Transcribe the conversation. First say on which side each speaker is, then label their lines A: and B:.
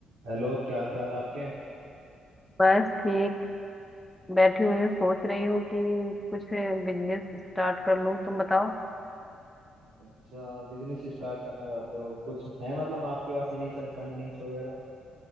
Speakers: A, on the right (about 90°); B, in the centre.
A: Hello क्या हाल चाल है आपके
B: बस ठीक बैठी हुई हूँ सोच रही हूँ कि कुछ बिजनेस स्टार्ट कर लूँ तुम बताओ
A: अच्छा बिजनेस स्टार्ट करना चाहते हो कुछ है मतलब आपके पास इनिशियल फंडिंग्स वगैरह